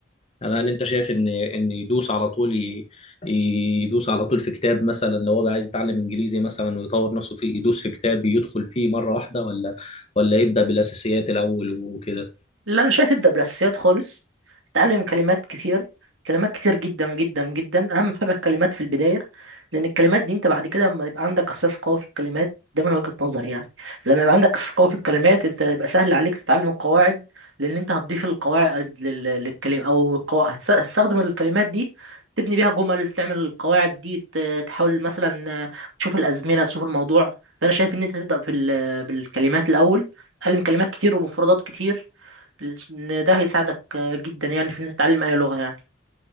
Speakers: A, on the left (about 30°); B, on the right (about 75°).
A: أنا هل أنت شايف إن إن يدوس على طول ي... يدوس على طول في كتاب مثلا لو هو عايز يتعلم إنجليزي مثلا ويطور نفسه فيه يدوس في كتاب يدخل فيه مرة واحدة ولا ولا يبدأ بالأساسيات الأول وكده
B: لا انا شايف ابدا بالاساسيات خالص اتعلم كلمات كتير كلمات كتير جدا جدا جدا اهم حاجه الكلمات في البدايه لان الكلمات دي انت بعد كده لما يبقى عندك اساس قوي في الكلمات ده من وجهه نظري يعني لما يبقى عندك اساس قوي في الكلمات انت يبقى سهل عليك تتعلم القواعد لان انت هتضيف القواعد لل- للكلمه او القواعد هتستخدم الكلمات دي تبني بيها جمل تعمل القواعد دي ت- تحاول مثلا آه، تشوف الازمنه تشوف الموضوع فانا شايف ان انت تبدا بال- بالكلمات الاول تعلم كلمات كتير ومفردات كتير ان ده هيساعدك جدا يعني في انك تتعلم اي لغه يعني